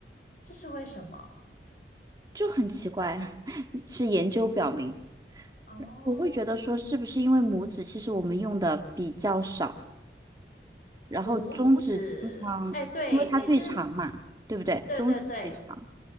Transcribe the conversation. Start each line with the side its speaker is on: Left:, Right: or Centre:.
Left: 这是为什么？
Right: 就很奇怪，<laughs> 是研究表明，
Left: 哦，
Right: 我会觉得说，是不是因为拇指其实我们用的比较少，然后中拇指指经常，
Left: 拇指，哎，对，
Right: 因为它嗯最长嘛，
Left: 其实，
Right: 对不对？
Left: 对对对，
Right: 中指最长，